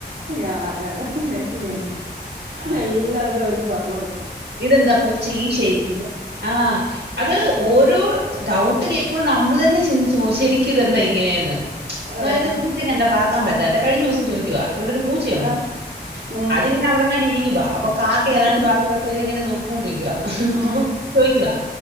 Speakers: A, on the right; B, on the right.
A: ആ, അതെ അതെ അത് ശരിയാണ്
B: ഉം ആ
A: എല്ലാതും അവർക്ക് പറഞ്ഞ
B: ഇതെന്താ പൂച്ച ഈ ഷേപ്പില് ആ അത്
A: ഉം
B: ഓരോ ഡൗട്ട് കേൾക്കുമ്പോ നമ്മള് തന്നെ ചിന്തിച്ചു ശരിക്കും ഇതെന്താ ഇ ങ്ങനേന്ന് <unintelligible> അതായത്
A: അതെ
B: പൂച്ചക്ക് എന്താ പറക്ക ക്കാൻ പറ്റാത്തെ കഴിഞ്ഞ ദിവസം ചോദിക്കുവാ ഇവിടെ ഒരു പൂച്ചയുണ്ട്
A: ആഹ് ഉം
B: അതിങ്ങനെ അവിടെങ്ങാണ്ട് ഇരിക്കുവ അപ്പൊ കാക്ക ഏതാണ്ട്
A: ആഹ്
B: പറന്ന് പോയപ്പോ ത് ങ്ങനെ നോക്കിക്കൊണ്ടിക്ക. അപ്പം
A: ഉം
B: ചോയിക്കുഅ.